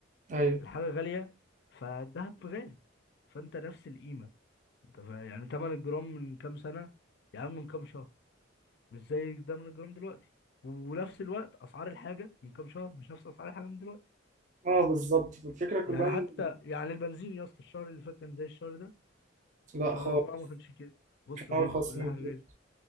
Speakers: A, on the right; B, on the left.
A: ايوه
B: الحاجه غاليه فالدهب غالي فانت نفس القيمه انت فا- يعني ثمن الجرام من كام سنه يا عم من كام شهر مش زي ده من الجرام دلوقتي ونفس الوقت اسعار الحاجه من كام شهر مش نفس اسعار الحاجه من دلوقتي
A: اه بالظبط الفكره كلها
B: يعني
A: ان
B: حتى يعني البنزين يا اسطى الشهر اللي فات كان زي الشهر ده
A: لا
B: شهر
A: خالص
B: أربعة ما كانش كده بص
A: كان
B: غلي
A: ارخص
B: كل
A: من
B: حاجه غلي
A: كده